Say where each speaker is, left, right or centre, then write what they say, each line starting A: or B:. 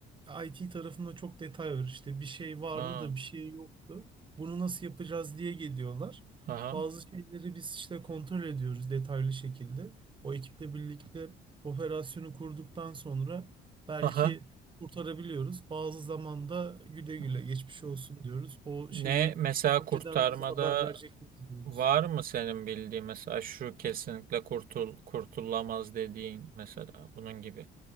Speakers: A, on the right (about 30°); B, on the right (about 55°).
A: IT tarafında çok detay var. İşte bir şey vardı
B: ha
A: da bir şey yoktu. Bunu nasıl yapacağız diye geliyorlar.
B: aha
A: Bazı şeyleri biz işte kontrol ediyoruz detaylı şekilde. O ekiple birlikte operasyonu kurduktan sonra belki
B: aha.
A: kurtarabiliyoruz. Bazı zamanda güle
B: Hı.
A: güle geçmiş olsun diyoruz. O
B: Ne
A: şeyi
B: mesela kurtarmada
A: önceden bize haber verecektiniz diyoruz.
B: var mı senin bildiğin mesela şu kesinlikle kurtul kurtulamaz dediğin mesela bunun gibi